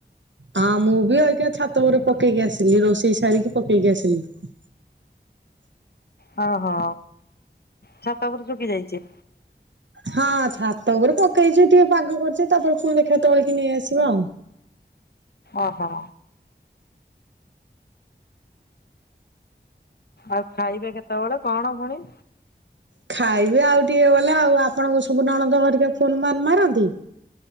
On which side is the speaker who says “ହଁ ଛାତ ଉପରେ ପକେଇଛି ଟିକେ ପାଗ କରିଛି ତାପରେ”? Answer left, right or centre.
Right